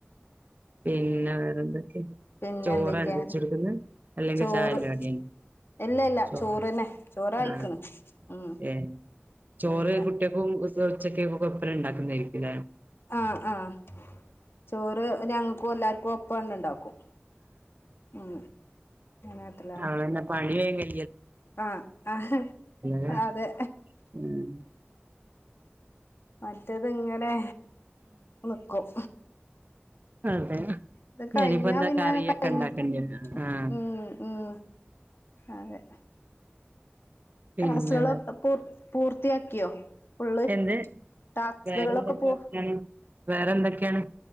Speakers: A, on the right (about 45°); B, on the left (about 65°).
A: പിന്നെ വേറെന്തൊക്കെ
B: പിന്നെ
A: ചോറാണ്
B: എന്തൊക്കെയാ
A: വെച്ചെടുക്കുന്നെ അല്ലെങ്കി
B: ചോറ്
A: ചായന്റെ കടീ
B: ഇല്ല ഇല്ല
A: ചോ
B: ചോറ്ന്നെ ചോറായിക്കണ്
A: ആഹ്
B: ഉം
A: ഏഹ് ചോറ്
B: അങ്ങനെ
A: കുട്ട്യാക്കും ഉച്ചക്കെക് ഇപ്പരെ ഉണ്ടാക്കുന്നേയിരിക്കൂല്ലെ
B: ആഹ് ആഹ് ചോറ് ഞങ്ങക്കും എല്ലാർക്കും ഒപ്പന്നെ ഇണ്ടാക്കും ഉം നാട്ടിലാണ്
A: അതന്നെ പണി കഴിഞ്ഞ്
B: ആഹ് ആഹ്
A: ല്ലേ
B: അതെ
A: ഉം
B: മറ്റേത്ങ്ങനെ ന്ന്ക്കും
A: അതെ
B: ഇത് കഴിഞ്ഞാ
A: ഇനിയിപ്പോ എന്താ
B: പിന്നെ
A: കറിയൊക്കെ
B: കഴിഞ്ഞിട്ടും
A: ഉണ്ടാക്കണ്ടേ ആഹ്
B: ഉം ഉം അതെ
A: പിന്നെ
B: ടാസ്കളൊക്കെ പൂ പൂർത്തിയാക്കിയോ? ഫുള്ള്
A: എന്ത്
B: ടാസ്ക്കളൊക്കെ
A: വേറെന്തൊക്കെ
B: പൂ
A: വർത്താനം വേറെന്തൊക്കെയാണ്